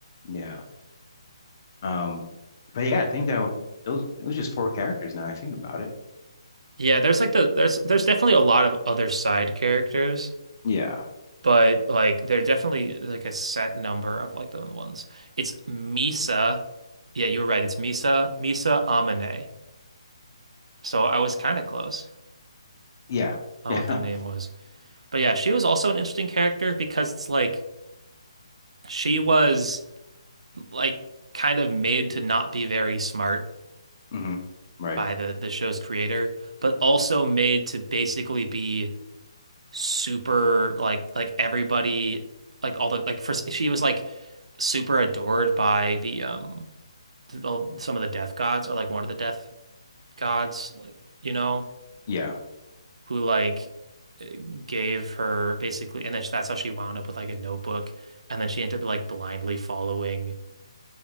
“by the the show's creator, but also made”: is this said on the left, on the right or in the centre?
Right